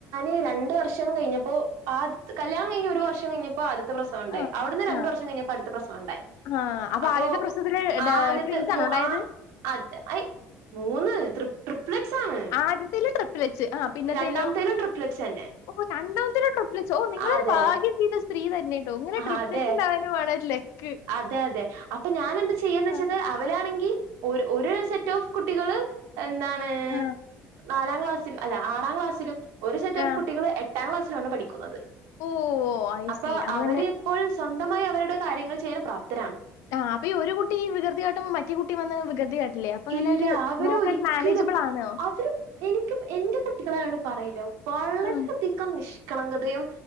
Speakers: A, on the right (about 85°); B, on the left (about 75°).
A: ഏ രണ്ട് വർഷം കഴിഞ്ഞപ്പോ ആ കല്യാണം കഴിഞ്ഞൊരു വർഷം കഴിഞ്ഞപ്പോ ആ ആദ്യത്തെ പ്രസവുണ്ടായി
B: ആ
A: അവിടുന്ന് രണ്ട്
B: ആ.
A: വർഷം കഴിഞ്ഞപ്പോ അടുത്ത പ്രസവം ഉണ്ടായി
B: ആ.
A: അപ്പൊ
B: ആദ്യത്തെ പ്രസവത്തില് ഡ
A: ആദ്യത്തെ
B: ട്വിൻസാണോ
A: മൂ
B: ഉണ്ടായത്?
A: ആ ആദ്യത്തെ അയ് മൂന്ന് ട്രിപ്ലെറ്റ്സ് ആണ്
B: ആദ്യത്തെയില് ട്രി വെച്ച് ആ പിന്നെത്തേതിലോ
A: രണ്ടാമത്തേലും ട്രിപ്ലെറ്റ്സ് തന്നെ
B: ഓ രണ്ടും ഓ നിങ്ങളൊരു
A: അതെ
B: ഭാഗ്യം ചെയ്ത സ് സ്ത്രീ തന്നെണ്ടോ ഇങ്ങനെ ട്രിപ്പിലസിനെ
A: അതെ
B: ആവാനും വേണം ഒരു ലക്ക്.
A: അതെ അതെ അപ്പൊ ഞാൻ എന്ത് ചെയ്യാന്ന്
B: ആ.
A: വെച്ചത് അവരാണെങ്കിൽ ഒരു ഒരു സെറ്റ് ഓഫ് കുട്ടികള് എന്താണ്
B: ആ.
A: നാലാം ക്ലാസ്സിൽ അല്ല ആറാം ക്ലാസ്സിലും ഒരു സെറ്റ് ഓഫ്
B: ആ.
A: കുട്ടികൾ എ ട്ടാം ക്ലാസിലാണ് പഠിക്കുന്നത്
B: ഓഹ്! ഐ
A: അപ്പൊ
B: സീ.
A: അവര്
B: അങ്ങനെ
A: ഇപ്പോൾ സ്വ- മായി അവരുടെ കാര്യങ്ങൾ ചെയ്യൻ പ്രാപ്തരാണ്
B: ആഹ് അപ്പ ഈ ഒരു കുട്ടി വികൃതിയട്ടുമ്പോ മറ്റേ കുട്ടി വന്ന് വികൃതി- കാട്ടില്ലേ? അപ്പൊ അങ്ങനെ
A: ഇല്ല
B: ഒരു
A: അവര്
B: നോക്കാൻ
A: ഒരിക്കലും
B: മാനേജബിൾ ആണോ?
A: അവര് എനിക്ക് എന്റെ കുട്ടികളാണ് പറയിലോ വളരെെയധികം
B: ആ.
A: നിഷ്- കളങ്കതയും